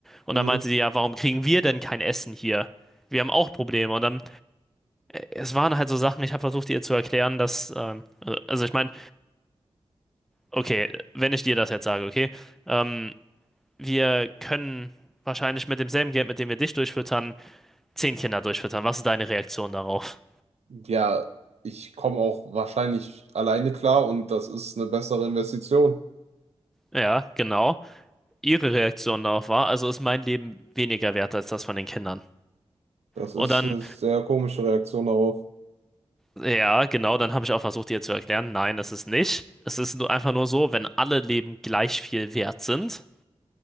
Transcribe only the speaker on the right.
Hm.
Ja, ich komme auch wahrscheinlich alleine klar und das ist eine bessere Investition.
Das
ist
eine sehr komische Reaktion darauf.